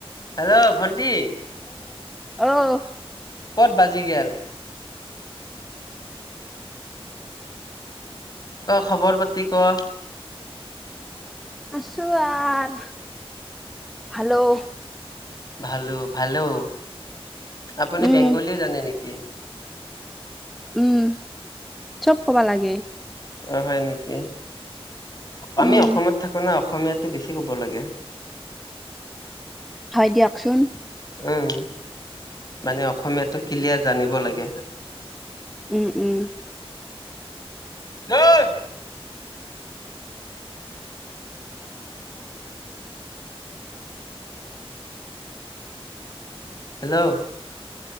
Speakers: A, on the left; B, in the centre.
A: হেল্ল'! ভণ্টি।
B: অউহ
A: ক'ত বাজি গেল? ক'ৰ খবৰ পাতি ক'ৰ?
B: আছোঁ আহ, হেল্ল'
A: ভালোঁ ভালোঁ আপুনি
B: উম
A: বেংগলী ও জানে নেকি?
B: উম, চ'ব কবা লাগে।
A: অ' হয় নেকি, আমি
B: উম
A: অসমত থাকো না অসমীয়াত তই বেছি ক'ব লাগে।
B: হয়, দিয়কচোন।
A: উম, মানে অসমীয়াটো ক্লিয়াৰ জানিব লাগে।
B: উম উম
A: ঐ হেল্ল'